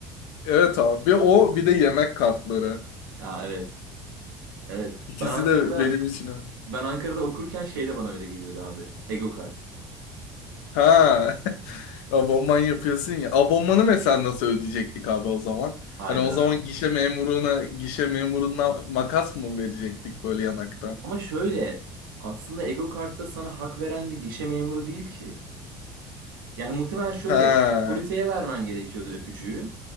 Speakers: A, on the left; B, on the right.
A: Evet abi. Bir o bir de yemek kartları.
B: Ya evet. Evet.
A: İkisi
B: Ben Ankara'da
A: de benim için öyle.
B: ben Ankara'da okurken şey de bana öyle geliyordu abi. Ego kart.
A: Ha. <laughs> Abonman yapıyorsun ya. Abonmanı mesela nasıl ödeyecektik abi o zaman?
B: Hayda.
A: Hani o zaman gişe memuruna, gişe memuruna makas mı verecektik böyle yanaktan?
B: Ama şöyle aslında Ego kartta sana hak veren de gişe memuru değil ki. Yani muhtemelen şöyle
A: Ha.
B: otoriteye vermen gerekiyordu öpücüğü.